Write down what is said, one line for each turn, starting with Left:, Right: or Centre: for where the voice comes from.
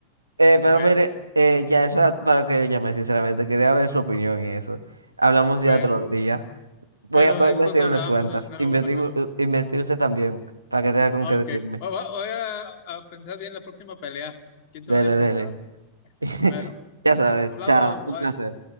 Right: Eh, pero
Left: Bueno,
Right: mire, eh, ya es ra- para que le llame, sinceramente. Quería ver su opinión en eso. Hablamos
Left: bueno.
Right: ya otro día. Voy
Left: Bueno,
Right: a, voy
Left: después
Right: a investigar
Left: hablamos
Right: unas cuantas.
Left: de nuevo,
Right: Investigo,
Left: Manuel.
Right: eh, investigue usted también, para que tenga con
Left: Ok.
Right: qué decirme.
Left: Voy, voy- voy a, a pensar bien la próxima pelea. ¿Con quién
Right: Dele,
Left: te va a enfrentar?
Right: dele. <laughs>
Left: Bueno,
Right: Ya sabes,
Left: hablamos.
Right: chao. Un
Left: Bye.
Right: placer.